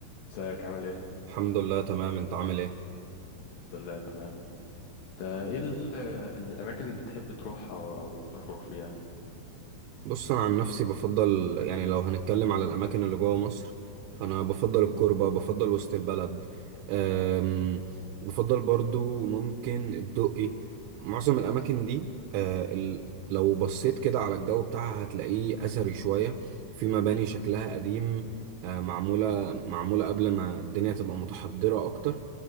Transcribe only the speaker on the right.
الحمد لله تمام انت عامل ايه
بص انا عن نفسي بفضل يعني لو هنتكلم على الاماكن اللي جوه مصر فانا بفضل الكوربه بفضل وسط البلد أم، بفضل برضو ممكن الدقي معظم الاماكن دي أه، ال- لو بصيت كده على الجو بتاعها هتلاقيه اثري شويه في مباني شكلها قديم أه، معموله معموله قبل ما الدنيا تبقى متحضره اكتر